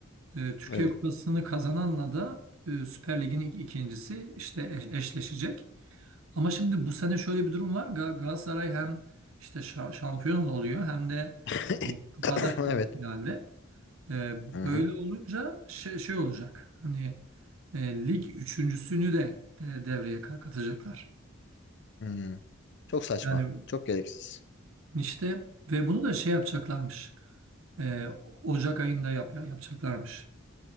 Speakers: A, on the right (about 80°); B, on the left (about 55°).
A: E, Türkiye
B: Evet.
A: Kupası'nı kazananla da e, Süper Lig'in ilk ikincisi işte eş- eşleşecek. Ama şimdi bu sene şöyle bir durum var. Ga- Galatasaray hem işte şa- şampiyon oluyor hem de
B: <coughs>
A: e, kupada fi-
B: Evet.
A: finalde. E,
B: Hı
A: Böyle
B: hı.
A: olunca şey, şey olacak. Hani e, lig üçüncüsünü de, de devreye ka- katacaklar.
B: Hı. Çok saçma.
A: Yani
B: Çok gereksiz.
A: işte ve bunu da şey yapacaklarmış. E, Ocak ayında yap, yapacaklarmış.